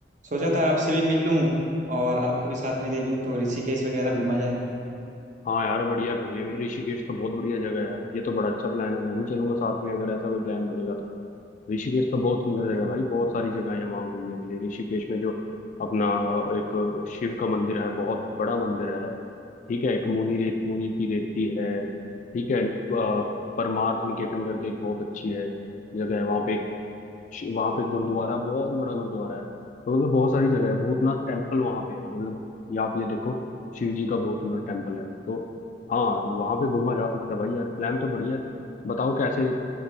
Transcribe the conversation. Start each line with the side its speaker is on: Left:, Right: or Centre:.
Right: सोचा था आपसे भी मिल लूं और आपको भी साथ में ले लूं तो ऋषिकेश वगैरह घूमा जाए
Left: हाँ यार बढ़िया भाई ये ऋषिकेश तो बहुत बढ़िया जगह है यार ये तो बड़ा अच्छा प्लान है मैं भी चलूंगा साथ में अगर ऐसा कोई प्लान बनेगा तो ऋषिकेश तो बहुत सुंदर जगह
Right: हाँ,
Left: है भाई बहुत सारी जगह है वहाँ घूमने के लिए ऋषिकेश में जो अपना एक शिव का मंदिर है बहुत बड़ा मंदिर है ठीक है एक मुनि रेत मुनि की रेती है ठीक है अ, परमार्थ निकेतन करके एक बहुत अच्छी है जगह है वहाँ पे श- वहाँ पे गुरुद्वारा बहुत बड़ा गुरुद्वारा है तो मतलब बहुत सारी जगह है भूतनाथ टेम्पल वहाँ पे है ये मतलब ये आप ये देखो शिव जी का भूतनाथ टेम्पल है तो हाँ वहाँ पे घूमा जा सकता है भाई यार प्लान तो बढ़िया है बताओ कैसे अ,